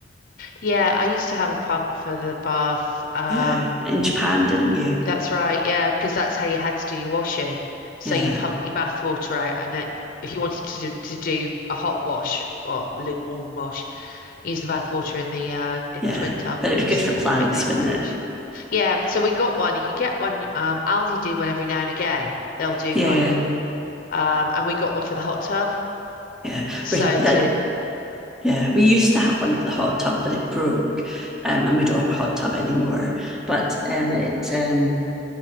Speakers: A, on the left; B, in the centre.
A: Yeah, I used to have a pump for the bath. Um,
B: Yeah. In Japan, didn't you?
A: that's right. Yeah, because that's how you had to do your washing. So
B: Yeah.
A: you pumped your bath water out, and it, if you wanted to do, to do a hot wash, well, lukewarm wash, Used the bath water in the uh in
B: Yeah,
A: the twin tub,
B: but
A: which
B: it'd be good
A: was
B: for plants,
A: about Nate
B: wouldn't
A: Myrish.
B: it?
A: Yeah, so we got one. You can get one. Um, Aldi do one every now and again. They'll do
B: Yeah,
A: one. Um, and we got one for the hot tub.
B: yeah.
A: So
B: We, that,
A: to
B: yeah, we used to have one for the hot tub, but it broke, um, and we don't have a hot tub anymore. But um, it um,